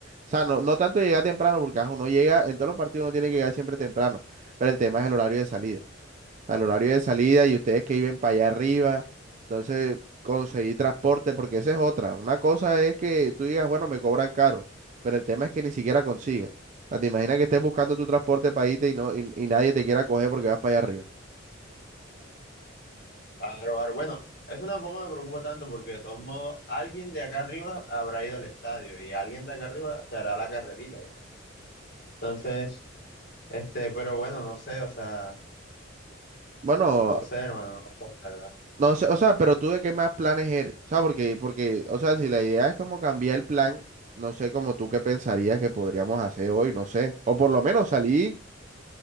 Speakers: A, on the right (about 40°); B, on the left (about 55°).
A: O sea, no, no tanto llegar temprano porque ajá, uno llega, en todos los partidos uno tiene que llegar siempre temprano, pero el tema es el horario de salida. O sea, el horario de salida y ustedes que viven para allá arriba, entonces conseguir transporte porque esa es otra. Una cosa es que tú digas, bueno, me cobran caro, pero el tema es que ni siquiera consigas. O sea, te imaginas que estés buscando tu transporte para irte y, no, y, y nadie te quiera coger porque vas para allá arriba.
B: Claro, claro. Bueno, eso tampoco me preocupa tanto porque de todos modos alguien de acá arriba habrá ido al estadio y alguien de acá arriba se hará la carrerita. ya. Entonces, este, pero bueno, no sé, o sea,
A: Bueno,
B: no sé, hermano, no sé, la verdad.
A: No, o sea, o sea, pero tú de qué más planes eres, o sea, porque, porque, o sea, si la idea es como cambiar el plan, no sé, como tú qué pensarías que podríamos hacer hoy, no sé, o por lo menos salir,